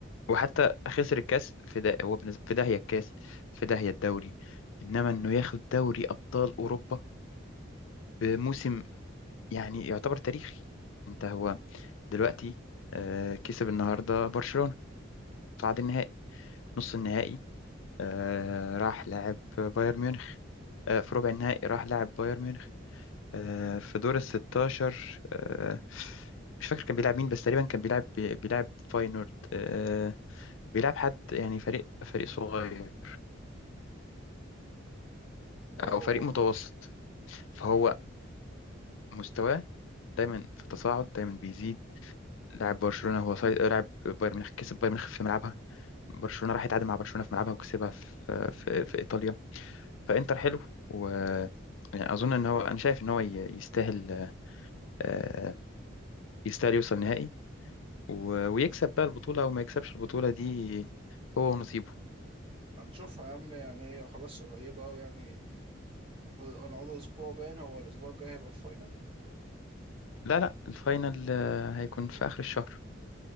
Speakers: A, on the left (about 80°); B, on the right (about 25°).
A: وحتى خسر الكاس في ده هو بالنسبة في داهية الكاس في داهية الدوري انما انه ياخد دوري ابطال اوروبا بموسم يعني يعتبر تاريخي انت هو دلوقتي آه، كسب النهارده برشلونة صعد النهائي نص النهائي آه، راح لاعب بايرن ميونخ آه، في ربع النهائي راح لاعب بايرن ميونخ آه، في دور ال 16 آه، مش فاكر كان بيلعب مين بس تقريبا كان بيلعب بيلعب فاينورد آه، بيلعب حد يعني فريق فريق صغير
B: اه هو
A: او فريق متوسط فهو مستواه دايما في تصاعد دايما بيزيد لاعب برشلونه هو صيد لاعب بايرن ميونخ كسب بايرن ميونخ في ملعبها برشلونه راح يتعادل مع برشلونه في ملعبها وكسبها في في, في ايطاليا فانتر حلو و يعني اظن ان هو انا شايف ان هو ي- يستاهل آه، يستاهل يوصل نهائي و- ويكسب بقى البطوله او ما يكسبش البطوله دي هو ونصيبه
B: هنشوف يا عم يعني هي خلاص قريبة أوي يعني هنقعد أسبوع باين هو الأسبوع الجاي هيبقى الفاينل
A: لا لا الفاينل آه، هيكون في اخر الشهر